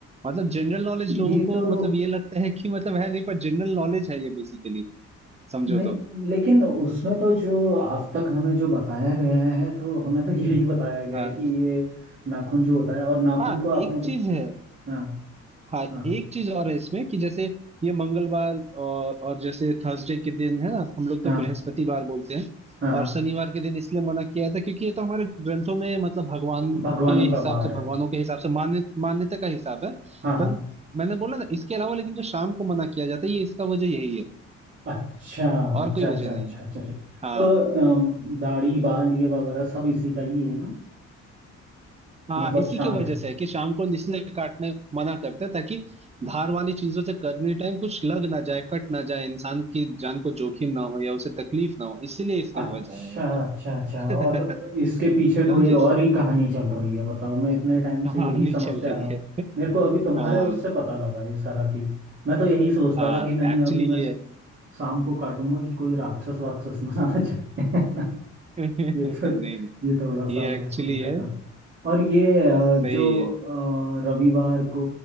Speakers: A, on the right; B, on the right.
A: मतलब जनरल नॉलेज लोगों
B: ये
A: को
B: तो
A: मतलब ये लगता है कि मतलब है नहीं पर जनरल नॉलेज है ये बेसिकली समझो
B: नहीं
A: तो
B: लेकिन उसमें तो जो आज तक हमें जो बताया गया है तो हमें तो <laughs> यही बताया गया
A: हाँ
B: है कि ये नाखून जो होता है और नाखून
A: हाँ
B: को आपने
A: एक
B: दे...
A: चीज है
B: हाँ
A: हाँ
B: हाँ
A: एक चीज और है इसमें कि जैसे ये मंगलवार और, और जैसे थर्सडे के दिन है ना हम लोग
B: हाँ
A: तो बृहस्पतिवार बोलते हैं
B: हाँ हाँ
A: और शनिवार के दिन इसलिए मना किया था क्योंकि ये तो हमारे ग्रंथों में मतलब भगवान
B: भगवानों
A: के
B: का
A: हिसाब
B: वार
A: से भगवानों
B: है
A: के हिसाब से मान्य मान्यता का हिसाब है
B: हाँ हाँ
A: पर मैंने बोला ना इसके अलावा लेकिन जो शाम को मना किया जाता है ये इसका वजह यही है
B: अच्छा
A: और
B: अच्छा
A: कोई
B: अच्छा
A: वजह नहीं
B: अच्छा अच्छा अच्छा
A: हाँ
B: तो अम, दाढ़ी बाल ये वगैरह सब इसी का ही है ना
A: हाँ
B: कि मतलब
A: इसी
B: शाम
A: की वजह
B: के
A: से है कि शाम को इसलिए काटने मना करते हैं ताकि धार वाली चीजों से करने टाइम कुछ लग ना जाए कट ना जाए इंसान की जान को जोखिम ना हो या उसे तकलीफ ना हो इसीलिए इसकी
B: अच्छा
A: वजह है
B: अच्छा अच्छा
A: यार
B: और
A: <laughs>
B: इसके पीछे कोई
A: समझे
B: और ही कहानी चल रही है बताओ मैं इतने टाइम से
A: कहानी
B: यही समझते
A: चल
B: आ
A: रही
B: रहा हूँ
A: है
B: मेरे को अभी तुम्हारे
A: हाँ
B: उससे पता लगा ये सारा चीज़ मैं तो यही सोचता
A: हाँ
B: था कि नहीं
A: एक्चुअली
B: अभी मैं
A: ये है
B: शाम को काटूंगा कि कोई राक्षस वाक्षस ना आ जाए <laughs>
A: <laughs>
B: ये
A: नहीं
B: तो
A: नहीं
B: ये थोड़ा सा
A: ये
B: मेरे
A: एक्चुअली
B: को दिक्कत
A: है
B: है और ये अ,
A: सही
B: जो
A: है
B: अ, रविवार को